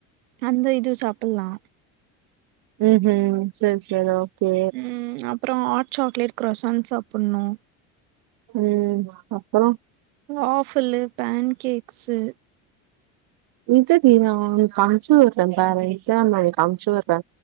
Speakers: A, on the right (about 85°); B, on the right (about 65°).
A: அந்த இது சாப்புல்லா
B: ம் ஹூம் செரி செரி ஓகே
A: ம் அப்றோ ஹாட் சாக்லேட் க்ரஸன் சாப்புண்ணு
B: ம் அப்பறோ
A: ஆஃபலு பேன் கேக்ஸு
B: இது டி நா ஒனக்கு அம்ச்சிவுர்றே பாரு எக்ஸாம்புல் அம்ச்சிவுர்றே